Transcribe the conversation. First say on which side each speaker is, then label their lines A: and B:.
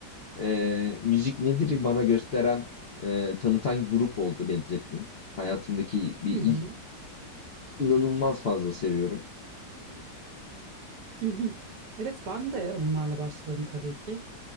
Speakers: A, on the left; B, on the right.
A: e, müzik nedir bana gösteren, e, tanıtan grup oldu Led Zeppelin. Hayatımdaki bir
B: Hı hı.
A: ilk inanılmaz fazla seviyorum.
B: Hı hı. Evet ben de onlarla başladım tabii ki.